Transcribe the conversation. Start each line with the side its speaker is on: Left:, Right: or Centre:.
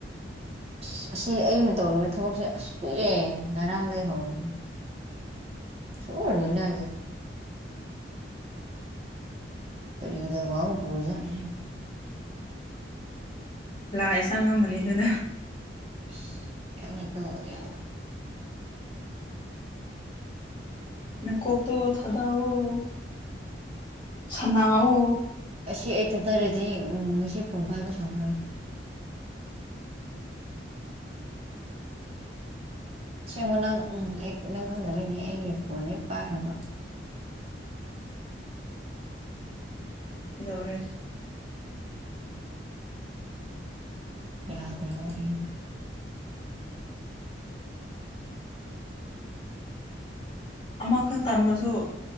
Right: ꯑꯁ ꯑꯁꯤ ꯑꯩꯅ ꯇꯧꯔꯤꯕ ꯊꯕꯛꯁꯦ ꯑꯁ ꯀꯨꯏꯔꯦ ꯉꯔꯥꯡꯗꯒꯤ ꯍꯧꯔꯅꯤ ꯆ ꯑꯣꯏꯔꯅ ꯍꯥꯏꯒꯦ ꯇꯔꯤ ꯂꯩ ꯋꯥꯕ ꯄꯖꯅꯤ
Left: ꯂꯥꯛꯑꯦ ꯆꯪꯉꯝꯝꯕꯅꯤ ꯑꯗꯨꯅ
Right: ꯏ ꯈꯪꯉꯦ ꯈꯪꯉꯑꯣ ꯌꯥ
Left: ꯃꯀꯣꯛꯇꯣ ꯊꯥꯗꯣꯛꯑꯣ ꯁꯅꯥꯎ
Right: ꯑꯁꯤ ꯑꯩ ꯊꯠꯊꯔꯗꯤ ꯎ ꯉꯁꯤ ꯐꯣꯟ ꯐꯥꯒ ꯁꯥꯎꯅꯔꯦ ꯑꯁꯦꯡꯕꯣ ꯅꯪ ꯎꯝ ꯑꯩ ꯅꯪ ꯈꯪꯗ ꯂꯣꯏꯅꯦ ꯑꯩ ꯐꯣꯟ ꯍꯦꯛ ꯄꯥꯏꯈ꯭ꯔꯕ
Left: ꯀꯩꯗꯧꯔꯦ
Right: ꯌꯥꯗꯦꯕ ꯑꯩꯅ
Left: ꯑꯃꯈꯛ ꯇꯝꯕꯁꯨ